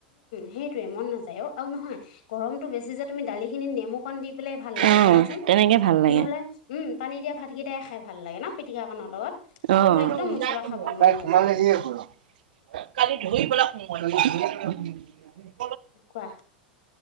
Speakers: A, on the left; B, on the right.
A: সেইটোয়ে মন নাযায়। অঁ, আৰু নহয় গৰমতটো বেছি যে তুমি দালি খিনি নেমুকণ দি পেলাই ভাল লাগে
B: অ
A: চাবাচোন।
B: তেনেকে ভাল লাগে।
A: নহ'লে উম, পানী দিয়া ভাতকেইটাই খাই ভাল লাগে ন, পিটিকা কণৰ লগত।
B: অঁ,
A: তোমাৰ একদম মছলা খাব মন
B: তাই
A: নাযায়
B: ঘোমালালে চাগে। কালি ধৰি পেলাই সোমোৱালোঁ।
A: কোৱা?